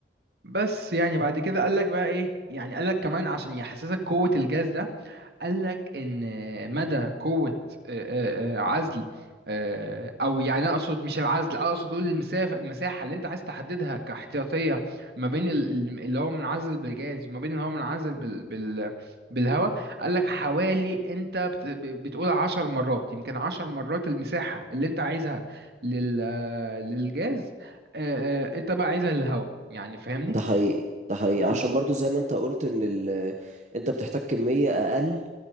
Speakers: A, on the right; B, on the right.
A: بس يعني بعد كده قال لك بقى إيه يعني قال لك كمان عشان يحسسك قوة الجاز ده قال لك ان مدى قوه آه، آه، آه، عزل آه، او يعني اقصد مش العزل اقصد اقول المسافه المساحه اللي انت عايز تحددها كاحتياطيه ما بين ال- ال- اللي هو منعزل بالجاز وما بين اللي هو منعزل بال بال بالهواء قال لك حوالي انت بت ب- بتقول عشر مرات يمكن عشر مرات المساحه اللي انت عايزها لل آه، للجاز آه، آه، انت بقى عايزها للهواء يعني فاهمني
B: ده حقيقي ده حقيقي
A: ب-
B: عشان برضو زي ما انت قلت ان ال... انت بتحتاج كمية اقل